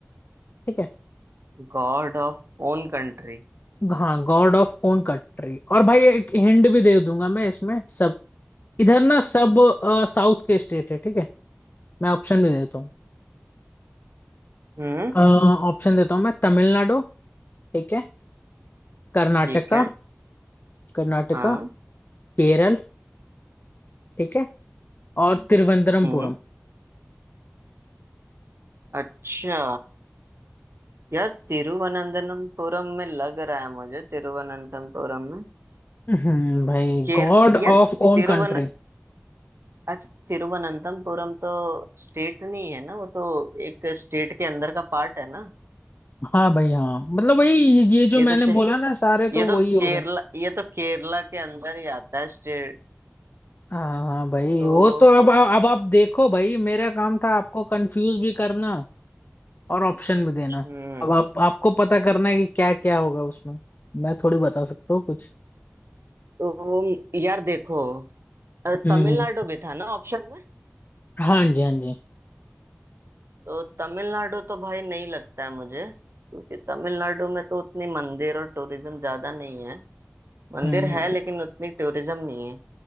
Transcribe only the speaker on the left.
ठीक है
हाँ गॉड ऑफ ओन कंट्री और भाई एक हिंट भी दे दूंगा मैं इसमें सब इधर ना सब साउथ के स्टेट है ठीक है मैं ऑप्शन भी देता हूँ
अ, ऑप्शन देता हूँ मैं तमिलनाडु ठीक है कर्नाटका
कर्नाटका
केरल ठीक है और तिरुवनंतपुरम
हम्म, भाई
गॉड ऑफ
ओन
कंट्री
हाँ भाई हाँ मतलब वही ये जो
मैंने
बोला ना सारे तो
वही हो
गए
हाँ हाँ भाई
वो तो अब अब आप देखो भाई मेरा काम था आपको कंफ्यूज भी करना और ऑप्शन भी देना
अब आप आपको पता करना है कि क्या क्या होगा उसमें मैं थोड़ी बता सकता हूँ कुछ
हम्म
हम्म
हाँ जी हाँ जी
हम्म हम्म,